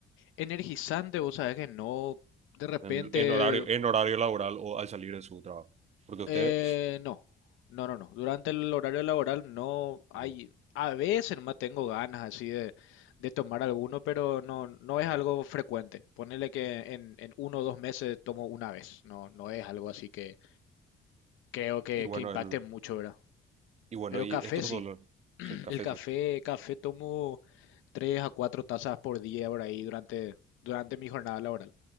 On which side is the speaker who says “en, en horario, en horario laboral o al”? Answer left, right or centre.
Right